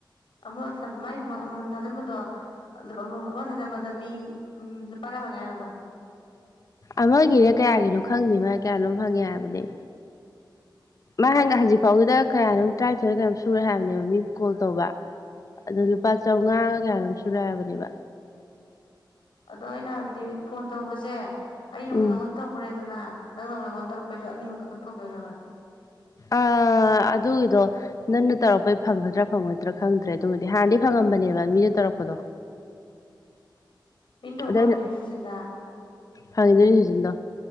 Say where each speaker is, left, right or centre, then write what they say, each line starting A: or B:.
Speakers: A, on the left (about 85°); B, on the left (about 45°).
A: ꯑꯃ ꯃꯥꯏ ꯑꯃꯃꯝ ꯊꯥꯖꯤꯟꯕꯗꯣ ꯑꯃꯃꯝ ꯑꯃ ꯊꯥꯖꯤꯟꯕꯗ ꯃꯤ ꯂꯨꯄꯥ ꯀꯌꯥꯃꯪꯉꯥꯏꯅꯕ
B: ꯑꯃꯒꯤꯅꯦ ꯀꯌꯥꯒꯤꯅꯣ ꯈꯪꯗꯦ ꯃꯥ ꯀꯌꯥꯅꯣ ꯐꯪꯉꯦ ꯍꯥꯏꯕꯅꯤ ꯃꯥ ꯍꯪ ꯍꯧꯖꯤꯛ ꯐꯥꯎꯒꯤꯗ ꯀꯌꯥꯅꯣꯝ ꯇꯔꯥꯅꯤꯊꯣꯏ ꯀꯌꯥꯝ ꯁꯨꯔꯦ ꯍꯥꯏꯕꯅꯦꯕ ꯃꯤ ꯀꯣꯜ ꯇꯧꯕ ꯑꯗꯣ
A: ꯎꯝ
B: ꯂꯨꯄꯥ ꯆꯥꯝꯃꯉꯥꯒ ꯀꯌꯥꯅꯣ ꯁꯤꯨꯔꯥꯏ ꯍꯥꯏꯕꯅꯤꯕ
A: ꯑꯗ ꯑꯣꯏꯅꯅ ꯗꯤ ꯐꯣꯟ ꯇꯧꯕꯁꯦ ꯑꯩꯅ
B: ꯎꯝ
A: ꯃꯅꯉꯣꯟꯟ ꯇꯕꯨꯅꯦꯦ ꯑꯗꯨꯅ ꯅꯪꯅ ꯃꯉꯟꯗꯔꯨ ꯄꯁꯨ ꯑꯅꯤꯃꯛ ꯑꯗꯨꯝ ꯐꯪꯗꯣꯏꯔꯕ
B: ꯑ ꯑꯗꯨꯒꯤꯗꯣ ꯅꯪꯅ ꯇꯧꯔꯛꯄꯩ ꯐꯪꯒꯗ꯭ꯔꯥ ꯐꯪꯉꯣꯏꯗ꯭ꯔꯥ ꯈꯪꯗ꯭ꯔꯦ ꯑꯗꯨꯃꯗꯤ ꯍꯥꯟꯅꯗꯤ ꯐꯪꯉꯝꯕꯅꯦꯕ ꯃꯤꯅ ꯇꯧꯔꯛꯄꯗꯣ
A: ꯃꯤꯡ ꯇꯧꯕ
B: ꯑꯗ
A: ꯐꯪꯒꯅꯤ
B: ꯑꯩꯅ
A: ꯍꯧꯖꯤꯛꯁꯤꯟꯗ
B: ꯐꯪꯉꯤꯗꯨꯅꯤ ꯁꯤꯖꯤꯟꯗꯣ